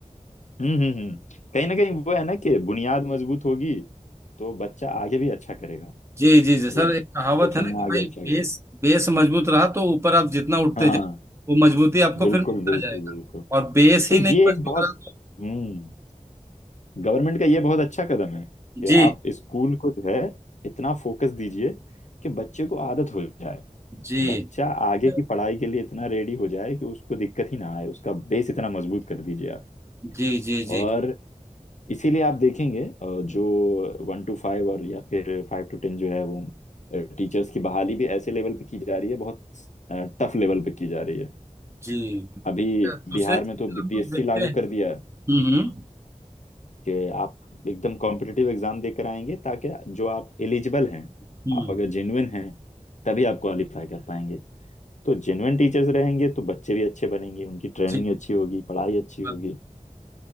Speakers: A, on the left; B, on the right.
A: हम्म हम्म हम्म कहीं ना कहीं वो है ना कि बुनियाद मजबूत होगी तो बच्चा आगे भी अच्छा करेगा
B: जी जी जी
A: मतलब
B: सर एक कहावत
A: क्वेश्चन
B: है ना
A: में
B: कि
A: आगे
B: भाई
A: अच्छा करेगा
B: बेस बेस मजबूत रहा तो ऊपर आप जितना उठते
A: हाँ
B: जाए वो मजबूती आपको
A: बिल्कुल
B: फिर मिलता
A: बिल्कुल
B: जाएगा
A: बिल्कुल
B: और बेस
A: तो
B: ही
A: ये
B: नहीं मजबूत
A: एक बहुत
B: रहा तो
A: हम्म गवर्नमेंट का ये बहुत अच्छा कदम है कि
B: जी
A: आप स्कूल को जो है इतना फोकस दीजिए कि बच्चे को आदत हो जाए
B: जी
A: बच्चा आगे
B: जी
A: की पढ़ाई के लिए इतना रेडी हो जाए कि उसको दिक्कत ही ना आए उसका बेस इतना मजबूत कर दीजिए आप
B: जी जी
A: और इसीलिए आप देखेंगे अ, जो वन टू फाइव और या फिर फाइव टू टेन जो है वो टीचर्स की बहाली भी ऐसे लेवल पे की जा रही है बहुत टफ लेवल पे की जा रही है
B: जी
A: अभी
B: दूसरे
A: बिहार
B: चैनल
A: में तो बीपीएससी
B: हम लोग देखते
A: लागू
B: हैं हम्म
A: कर दिया है,
B: हम्म
A: कि आप एकदम कॉम्पिटिटिव एग्जाम देकर आएंगे ताकि जो आप एलिजिबल हैं
B: हम्म,
A: आप अगर जेन्युइन हैं तभी आप क्वालिफाई कर पाएंगे तो जेन्युइन टीचर्स रहेंगे तो बच्चे भी अच्छे बनेंगे उनकी ट्रेनिंग
B: जी
A: अच्छी होगी पढ़ाई अच्छी
B: हाँ।
A: होगी